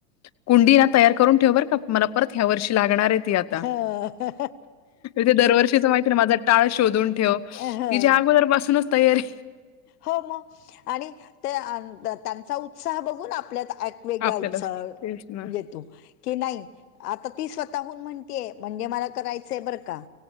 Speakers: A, on the left; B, on the left.
A: कुंडी या तयार करून ठेव बरं का! मला परत ह्या वर्षी लागणार आहेत आता
B: हो
A: ते दरवर्षीच माहिती ना माझा टाळ शोधून ठेव.
B: हो
A: तिची अगोदर पासूनच तयारी.
B: हो मग आणि त्या त्यांचा उत्साह बघून आपल्या वेगळा
A: आपल्याला
B: उत्साह
A: तेच ना.
B: येतो. कि नाही आता ती स्वतःहून म्हणतीय म्हणजे मला करायचंय बरं का!